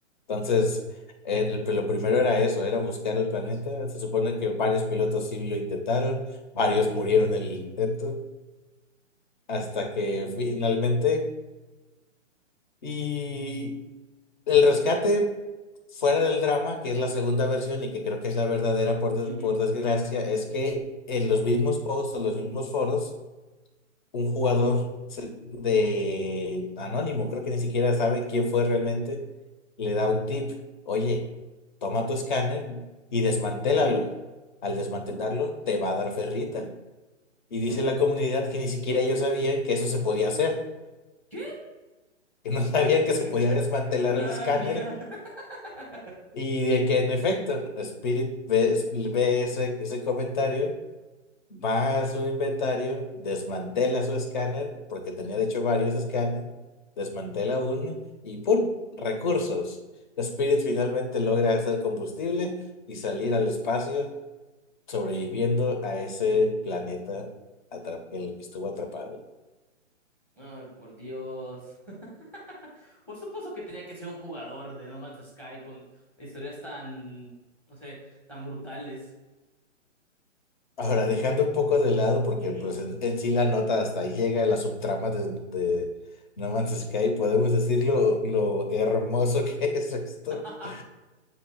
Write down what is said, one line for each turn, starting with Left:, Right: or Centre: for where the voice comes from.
Left: Entonces, el- lo primero era eso, era buscar el planeta. Se supone que varios pilotos sí lo intentaron, varios murieron en el intento, hasta que finalmente y el rescate, fuera del drama, que es la segunda versión y que creo que es la verdadera por, des-
Centre: ujú.
Left: por desgracia, es que en los mismos posts o los mismos foros, un jugador se- de anónimo, creo que ni siquiera sabe quién fue realmente, le da un tip. Oye, toma tu escáner y desmantélalo. Al desmantelarlo, te va a dar ferrita. Y dice la comunidad que ni siquiera ellos sabían que eso se podía hacer,
Centre: ¿Qué?
Left: que no <laughs> sabían que
Centre: <laughs>
Left: se podía desmantelar
Centre: Ah,
Left: el escáner
Centre: mira. <laughs>
Left: Y de que en efecto, Spirit ve, es- ve ese, ese comentario, va a su inventario, desmantela su escáner, porque tenía de hecho varios escáneres, desmantela uno y ¡pum! Recursos. Spirit finalmente logra hacer combustible y salir al espacio, sobreviviendo a ese planeta atrap- en el que estuvo atrapado.
Centre: Ay, por Dios. <laughs> Por supuesto que tenía que ser un jugador de No Man's Sky con historias tan, no sé, tan brutales.
Left: Ahora, dejando un poco de lado, porque
Centre: Ujú.
Left: pues en, en sí la nota hasta ahí llega la subtrama de, de No Man's Sky, podemos decir lo, lo hermoso que <laughs> es esto.
Centre: <laughs>
Left: O